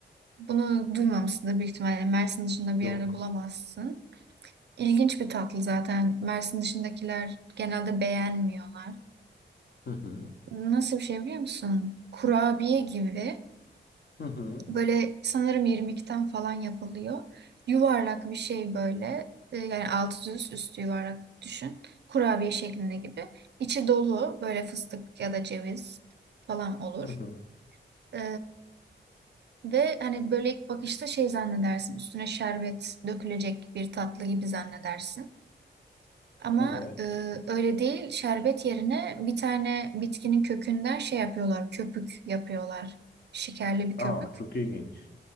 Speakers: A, on the right; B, on the left.
A: bunu duymamışsındır büyük ihtimalle Mersin dışında bir
B: Yok.
A: yerde bulamazsın. İlginç bir tatlı zaten. Mersin dışındakiler genelde beğenmiyorlar.
B: Hı hı.
A: Nasıl bir şey biliyor musun? Kurabiye gibi.
B: Hı hı.
A: Böyle sanırım irmikten falan yapılıyor. Yuvarlak bir şey böyle. E, Yani altı düz, üstü yuvarlak düşün. Kurabiye şeklinde gibi. İçi dolu böyle fıstık ya da ceviz falan olur.
B: Hı hı.
A: Ee, ve hani böyle ilk bakışta şey zannedersin. Üstüne şerbet dökülecek bir tatlı gibi zannedersin. Ama
B: Evet.
A: e, öyle değil. Şerbet yerine bir tane bitkinin kökünden şey yapıyorlar. Köpük yapıyorlar. Şekerli bir köpük.
B: Aa çok ilginç.